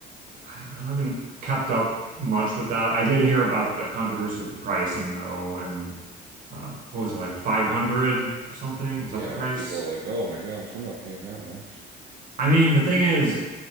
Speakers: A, on the right; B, on the right.
A: I haven't kept up much with that. I did hear about the controversy with the pricing though, and uh, what was it like 500 or something? Was
B: Yeah,
A: that the price?
B: people are like, oh my gosh, I'm not paying that much.
A: I mean, the thing is,